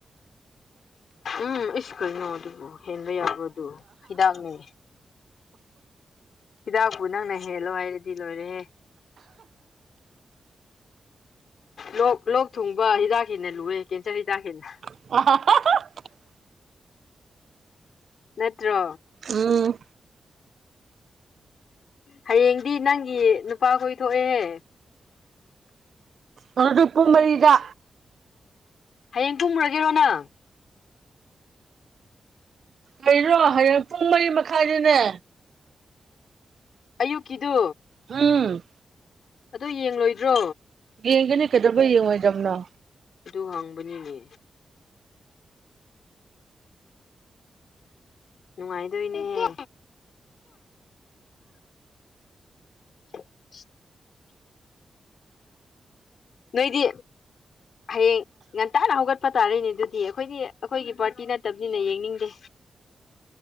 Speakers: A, on the left; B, on the right.
A: ꯎꯝ ꯑꯩꯁ ꯀꯩꯅꯣ ꯑꯗꯨꯕꯨ ꯍꯦꯟꯕ ꯌꯥꯕꯗꯨ ꯍꯤꯗꯥꯛꯅꯦ ꯍꯤꯗꯥꯛꯄꯨ ꯅꯪꯅ ꯍꯦꯜꯂꯣ ꯍꯥꯏꯔꯗꯤ ꯂꯣꯏꯔꯦꯍꯦ ꯂꯣꯛ ꯂꯣꯛ ꯊꯨꯡꯕ ꯍꯤꯗꯥꯛꯁꯤꯦꯟꯅ ꯂꯨꯑꯦ ꯀꯦꯟꯁꯔ ꯍꯤꯗꯥꯛꯁꯤꯦꯟꯅ
B: <unintelligible>
A: ꯅꯠꯇ꯭ꯔꯣ
B: ꯎꯝ
A: ꯍꯌꯦꯡꯗꯤ ꯅꯪꯒꯤ ꯅꯨꯄꯥꯈꯣꯏ ꯊꯣꯛꯑꯦꯍꯦ
B: ꯑꯣ ꯇ ꯏꯄꯨꯝꯕꯔꯤꯔ
A: ꯍꯌꯦꯡ ꯀꯨꯝꯃꯨꯔꯒꯦꯔꯣ ꯅꯪ
B: ꯂꯩꯔꯣ ꯍꯌꯦꯡ ꯄꯨꯡ ꯃꯔꯤ ꯃꯈꯥꯏꯗꯨꯅꯦ
A: ꯑꯌꯨ ꯀꯗꯨ
B: ꯎꯝ
A: ꯑꯗꯣ ꯌꯦꯡꯂꯣꯏꯗ꯭ꯔꯣ
B: ꯌꯦꯡꯒꯦꯅꯤ ꯀꯩꯗꯕꯩ ꯌꯦꯡꯉ ꯍꯥꯏꯗꯝꯅꯣ
A: ꯑꯗꯨ ꯍꯪꯕꯅꯤꯅꯦ ꯅꯨꯡꯉꯥꯏꯗꯣꯏꯅꯦꯍꯦ <unintelligible> ꯅꯣꯏꯗꯤ ꯍꯌꯦꯡ ꯉꯟꯇꯥꯅ ꯍꯧꯒꯠꯄ ꯇꯥꯔꯛꯅꯦ ꯑꯗꯨꯗꯤ ꯑꯩꯈꯣꯏꯗꯤ ꯑꯩꯈꯣꯏꯒꯤ ꯄꯥꯔꯇꯤ ꯅꯠꯇꯕꯅꯤꯅ ꯌꯦꯡꯅꯤꯡꯗꯦ